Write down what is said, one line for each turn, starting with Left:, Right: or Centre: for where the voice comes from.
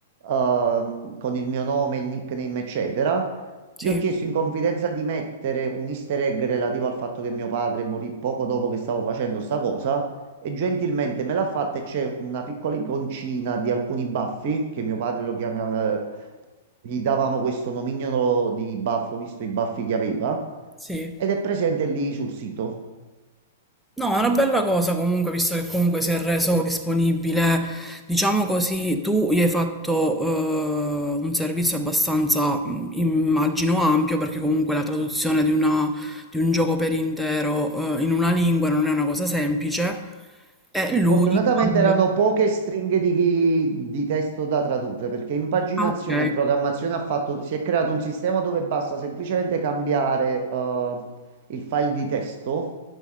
Right: ehm, con il mio nome, il nickname, eccetera.
Centre: sì,
Right: Gli ho chiesto in confidenza di mettere un easter egg relativo al fatto che mio padre morì poco dopo che stavo facendo sta cosa e gentilmente me l'ha fatta e c'è una piccola iconcina di alcuni baffi che mio padre lo chiamava, gli davamo questo nomignolo di baffo visto i baffi che aveva
Centre: sì.
Right: ed è presente lì sul sito.
Centre: No, è una bella cosa comunque, visto che comunque si è reso disponibile, diciamo così, tu gli hai fatto eh, un servizio abbastanza, mh, immagino, ampio, perché comunque la traduzione di una- di un gioco per intero eh, in una lingua non è una cosa semplice, e lui
Right: Fortunatamente
Centre: in cambio...
Right: erano poche stringhe di, di testo da tradurre perché impaginazione
Centre: Ah, ok.
Right: e programmazione ha fatto, si è creato un sistema dove basta semplicemente cambiare eh, il file di testo